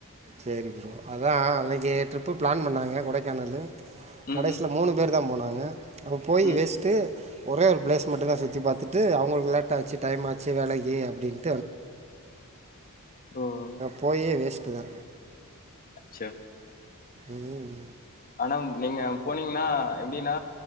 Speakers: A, on the right (about 30°); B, on the left (about 40°).
A: சரி ப்ரோ அதா அன்னைக்கு ட்ரிப்பு பிளான் பண்ணாங்க கொடைக்கானலு
B: ம்,
A: கடைசியல
B: ம்,
A: மூணு பேரு தா போனாங்க அங்க அப்ப போய்
B: ம்.
A: வேஸ்ட்டு ஒரே ஒரு பிளேஸ் மட்டும்தா சுத்தி பார்த்துட்டு அவங்களுக்கு லேட்டா ஆச்சு டைம் ஆச்சு வேலைக்கு அப்படின்னு
B: ம்
A: போயே வேஸ்ட்டு தா
B: ச்ச
A: ம்
B: ஆனா நீங்க போனீங்கன்னா எப்படின்னா